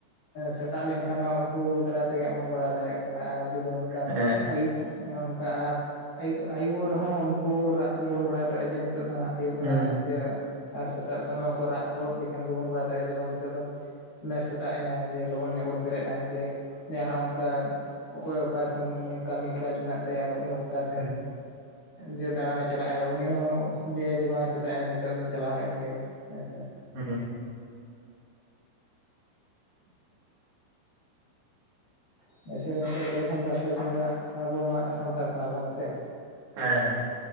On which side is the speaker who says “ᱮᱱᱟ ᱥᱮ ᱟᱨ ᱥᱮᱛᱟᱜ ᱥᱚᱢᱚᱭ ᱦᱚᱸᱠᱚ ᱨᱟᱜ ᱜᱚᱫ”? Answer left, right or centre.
Left